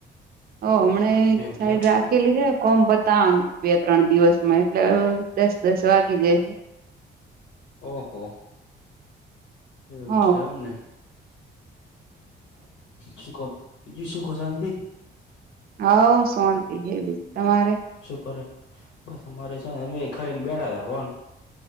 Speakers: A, on the right; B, on the left.
A: હઓ હમણે એક
B: એવું
A: સાઈડ
B: એમ
A: રાખેલી હે કોમ પતાવાનું બે ત્રણ દિવસ મારે એટલે દસ દસ વાગી જાય હે
B: ઓહો હો એવું
A: હ
B: છે એમને શું કો બીજું શું કો શાંતિ
A: હઓ શોતિ હે બીજું તમારે
B: શું કરે બસ અમારે શું અમે ખાઈને બેઠા તા બોન